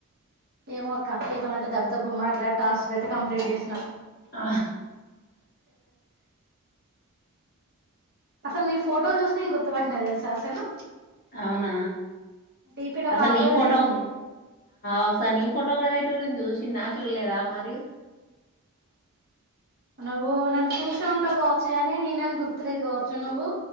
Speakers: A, on the right; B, on the left.
A: ఏమో అక్క నీతోని అయితే దబ దబ మాట్లాడి టాస్క్ అయితే కంప్లీట్ చేసిన
B: ఆ
A: అసలు నీ ఫోటో చూసి నేను గుర్తుపట్టిన తెల్స అసలు
B: అవునా
A: డిపీల
B: అసలు
A: పాపది
B: నీ ఫోటో
A: నీది ఉంది
B: ఒకసారి నీ ఫోటో కూడా ూస నా చూలేదా మారి
A: నువ్వు నన్ను చూసే ఉంటావు కావచ్చు గాని నేనని గుర్తురదు కావచ్చు నువ్వు